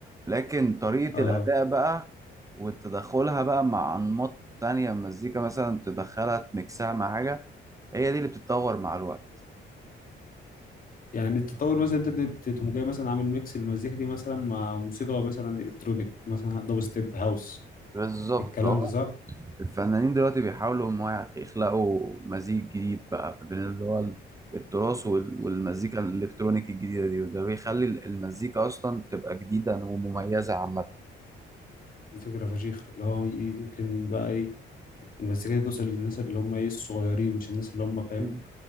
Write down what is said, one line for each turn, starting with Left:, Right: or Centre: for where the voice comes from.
Right: لكن طريقة
Left: اه
Right: الأداء بقى وتدخلها بقى مع أنماط تانية من المزيكا مثلا تدخلها تميكسها مع حاجة هي دي اللي بتتطور مع الوقت
Left: يعني التطور مثلا انت ت- تقوم جاي مثلا عامل ميكس المزيكا دي مثلا مع موسيقى مثلا الكترونيك مثلا دب ستيب هاوس
Right: بالظبط
Left: الكلام ده صح؟
Right: الفنانين دلوقتي بيحاولوا ان هو يخلقوا مزيج جديد بقى بين اللي هو ال- التراث وال- والمزيكا الالكترونيك الجديده دي وده بيخلي ال- المزيكا اصلا تبقى جديده ومميزه عامه
Left: دي فكرة فشيخة اللي هو ي- يمكن بقى ايه المزيكا دي توصل للناس اللي هم ايه الصغيرين مش الناس اللي هم فاهم
Right: مم.